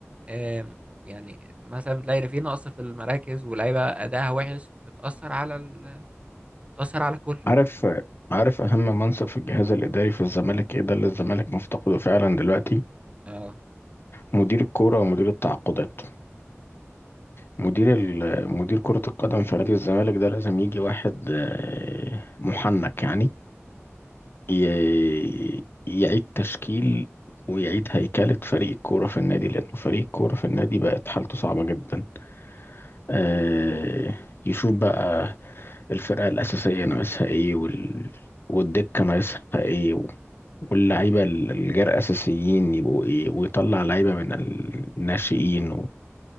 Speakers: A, on the right; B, on the left.
A: آم، يعني مثلا بتلاقي في نقص في المراكز ولعيبة أداها وحش بتأثر على ال... بتأثر على كله
B: عارف عارف اهم منصب في الجهاز الاداري في الزمالك ايه ده اللي الزمالك مفتقده فعلا دلوقتي
A: اه
B: مدير الكوره ومدير التعاقدات مدير ال... مدير كره القدم في نادي الزمالك ده لازم يجي واحد آه، محنك يعني ي- يعيد تشكيل ويعيد هيكلة فريق الكورة في النادي لأنه فريق الكورة في النادي بقت حالته صعبة جدا آه، يشوف بقى الفرقة الأساسية ناقصها إيه وال... والدكة ناقصها إيه و... واللعيبة ال- الجرأة أساسيين يبقوا إيه ويطلع لعيبة من الناشئين و...